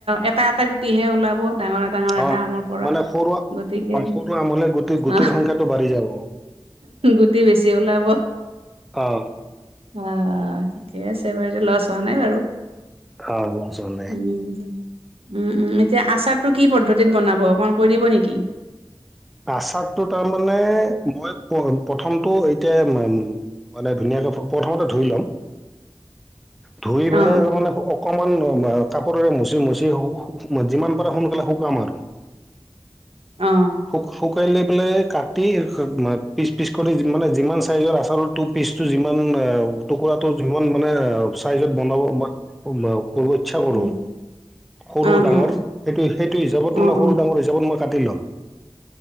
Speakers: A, on the right; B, in the centre.
A: এটা এটা গুটিহে ওলাব। ডাঙৰ - ডাঙৰ
B: অ
A: এটা আমৰ পৰা
B: মানে সৰু আ-
A: গতিকে হে
B: সৰু আমলে গুটি গুটিৰ
A: অহ,
B: সংখ্যাটো বাঢ়ি যাব।
A: গুটি বেছি ওলাব।
B: অহ ',
A: অ'। ঠিকে আছে বাৰু এইতিয়া লছ হোৱা নাই বাৰু।
B: অ ম চ ন <unintelligible>
A: উম। উম - উম এতিয়া আচাৰটো কি পদ্ধতিত বনাব অকণ কৈ দিব নেকি?
B: আচাৰতটো তাৰ মানে মই প্ৰথমটো এতিয়া উম, মানে ধুনীয়া প্ৰথমতে ধুই লম।
A: <inaudible>
B: ধুই
A: অ',
B: পেলাই
A: অ',
B: তাৰমানে অকমান কাপোৰে মুচি মুচি সো-সো যিমান পাৰে সোনকালে শুকাম আৰু।
A: অ',
B: শু-শুকাই লৈ পেলাই কাটি মাত পিচ পিচ কৰি যিমান লাগে, যিমান চাইজৰ আচাৰটো পিচটো যিমান, টুকুৰাটো যিমান মানে চাইজত বনাব <unintelligible> কৰিব ইচ্ছা কৰোঁ।
A: উম,
B: সৰু
A: অ', অ',
B: ডাঙৰ
A: অ', অ'। অ', অ', অ',
B: সেইটো, সেইটো হিচাপত
A: উম,
B: মানে সৰু ডাঙৰ হিচাপত মই কাটি ল'ম।